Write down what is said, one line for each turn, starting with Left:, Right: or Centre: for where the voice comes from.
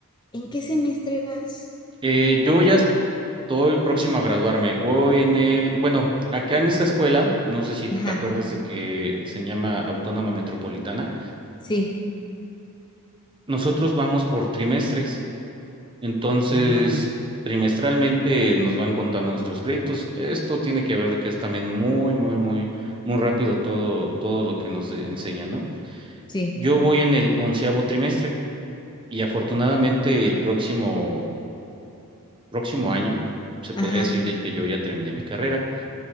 Left: ¿En qué semestre vas?
Right: Eh, yo ya estoy próximo a graduarme. Voy en el, bueno, acá en esta escuela, no sé si
Left: Ajá,
Right: te acuerdas de que se llama Autónoma Metropolitana.
Left: sí.
Right: Nosotros vamos por trimestres, entonces
Left: Ah,
Right: trimestralmente nos van contando nuestros créditos. Esto tiene que ver de que es también muy, muy, muy, muy rápido todo, todo lo que nos enseñan, ¿no?
Left: sí.
Right: Yo voy en el onceavo trimestre y afortunadamente el próximo, próximo año se podría
Left: Ajá,
Right: decir de que yo ya terminé mi carrera.